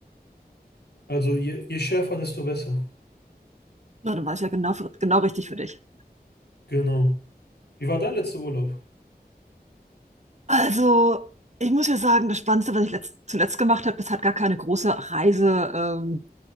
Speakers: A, on the left; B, on the right.
A: Also je, je schärfer, desto besser.
B: Na, dann war es ja genau, für- genau richtig für dich.
A: Genau. Wie war dein letzter Urlaub?
B: Also, ich muss ja sagen, das Spannendste, was ich letzt, zuletzt gemacht habe, das hat gar keine große Reise ähm,